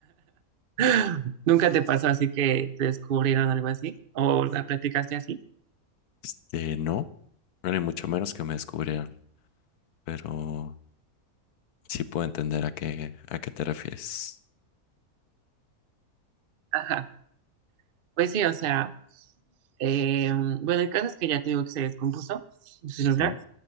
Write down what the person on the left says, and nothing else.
Este, no, bueno, y mucho menos que me descubrieran, pero sí puedo entender a qué, a qué te refieres.
Ujú.